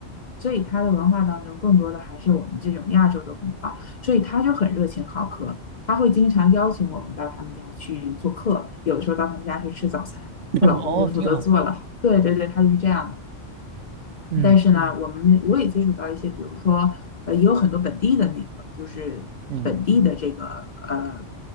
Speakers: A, on the left; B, on the right.
A: 所以他的文化当中更多的还是我们这种亚洲的文化，所以他就很热情好客，他会经常邀请我们到他们家去做客，有的时候到他们家去吃早餐，
B: <clears throat>
A: 她老公就负责做了，
B: 哦，挺好，
A: <laughs> 对对对，他就是这样的。
B: 嗯
A: 但是呢，我们我也接触到一些，比如说，呃，也有很多本地的那个，就是本地的这个呃
B: 嗯